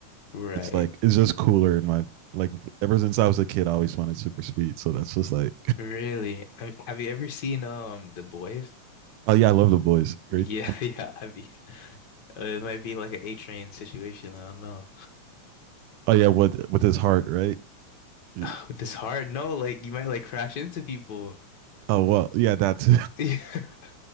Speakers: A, on the left; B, on the right.
A: Right.
B: It's like it's just cooler in my like ever since I was a kid, I always wanted super speed. So that's just like
A: Really? I mean, have you ever seen um The Boys?
B: Oh yeah, I love the boys.
A: Yeah,
B: Great. one.
A: <laughs> yeah. I mean, it might be like an A train situation. I don't know.
B: Oh yeah, with with his heart, right? Yeah.
A: <sighs> With this hard, no, like you might like crash into people.
B: Oh well, yeah, that's
A: <laughs>